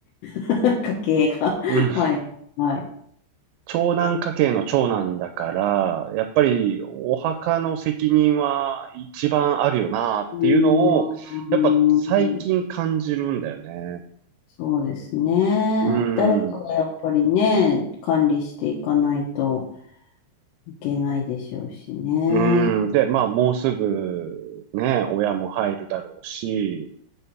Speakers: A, on the left; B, on the right.
A: <laughs> 家計が。<laughs>
B: うん。
A: はい、はい。
B: 長男家系の長男だから、やっぱりお墓の責任は一番あるよなっていうのを、
A: うー
B: やっぱ最近感じるんだよね。
A: ん、そうですね。
B: うん。
A: 誰かがやっぱりね、管理していかないといけないでしょうしね。
B: うん。で、まあ、もうすぐ、ね、親も入るだろうし、